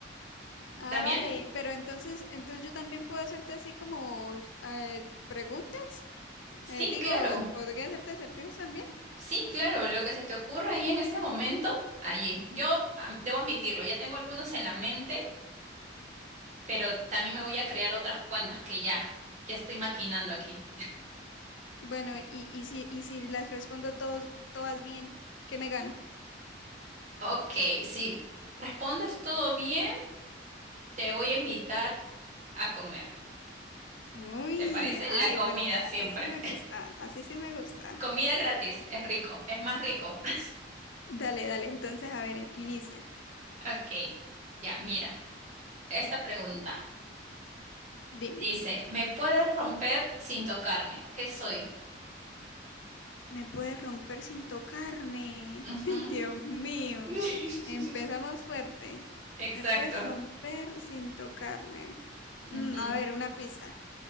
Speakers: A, on the left (about 85°); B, on the right (about 40°).
A: Ah,
B: ¿También?
A: vale, pero entonces, entonces yo también puedo hacerte así como eh, preguntas.
B: Sí,
A: Eh, digo,
B: claro.
A: ¿podría hacerte acertijos también?
B: Sí, claro. Lo que se te ocurra ahí en este momento, allí. Yo ah, debo admitirlo, ya tengo algunos en la mente, pero también me voy a crear otras cuantas que ya, ya estoy maquinando aquí.
A: Bueno, y, y si, y si las respondo todos, todas bien, ¿qué me gano?
B: Ok, si respondes todo bien, te voy a invitar a comer.
A: Uy,
B: ¿Te parece?
A: ay,
B: La comida
A: bueno, bueno,
B: siempre.
A: así sí me gusta, así sí me gusta.
B: Comida gratis, es rico, es más rico. <laughs>
A: Dale, dale, entonces, a ver, inicia.
B: Ok, ya, mira, esta pregunta
A: Dime,
B: dice, ¿me puedes romper sin tocarme? ¿Qué soy?
A: ¿me puedes romper sin tocarme?
B: Ujú.
A: <laughs> Ay, Dios mío,
B: <laughs>
A: empezamos fuerte.
B: Exacto.
A: ¿Me puedes romper sin tocarme?
B: Ujú.
A: Mm, a ver, una pista.